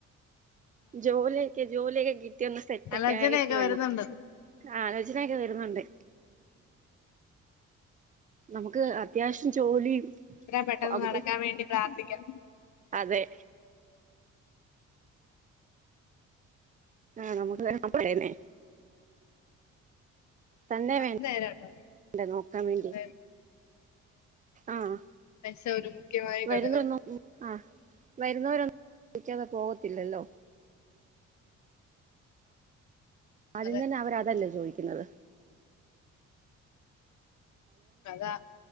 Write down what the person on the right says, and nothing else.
ജോല്യെക്കെ ജോല്യെക്കെ കിട്ടി ഒന്ന് സെറ്റ
ഒക്കെ ആയിട്ട് വേണം
ആലോചന ഒക്കെ വരുന്നുണ്ട് നമുക്ക് അത്യാവശ്യം ജോലി
<unintelligible>
അതെ ആഹ് നമുക്ക് തരണ പറയന്നേ തന്നെ
വേണ്ട്
ണ്ടെ നോക്കാ വേണ്ടി
ആഹ്
വരുന്നൊന്നു
ഉം ആഹ് വരുന്നവരൊ <unintelligible> ന്നു വിളിക്കാതെ പോവത്തില്ലല്ലോ ആദ്യം
തന്നെ അവരതല്ലേ ചോയിക്കുന്നത്